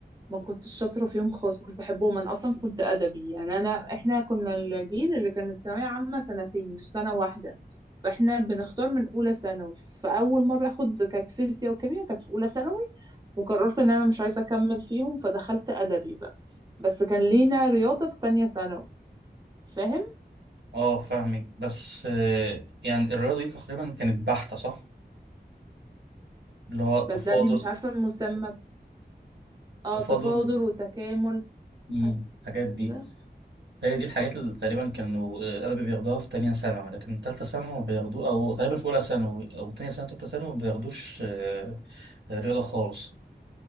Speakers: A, on the right; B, on the right.
A: ما كنتش شاطرة فيهم خالص ما كنتش بحبهم أنا أصلا كنت أدبي يعني أنا إحنا كنا الجيل اللي كانت ثانوية عامة سنتين مش سنة واحدة فإحنا بنختار من أولى ثانوي فأول مرة أخد كانت فيزياء وكيمياء كانت في أولى ثانوي وقررت إن أنا مش عايزة أكمل فيهم فدخلت أدبي بقى بس كان لينا رياضة في تانية ثانوي فاهم
B: اه فاهمك بس آه، يعني الرياضة دي تقريبا كانت بحتة صح؟ اللي هو تفاضل
A: صدقني مش عارفة المسمى اه
B: تفاضل
A: تفاضل وتكامل
B: مم،
A: حاجة
B: الحاجات دي
A: كده
B: هي دي الحاجات اللي تقريبا كانوا آه، أغلب بياخدوها في تانية ثانوي لكن تالتة ثانوي بياخدوه أو تقريبا في أولى ثانوي أو تانية ثانوي تالتة ثانوي ما بياخدوش آه، رياضة خالص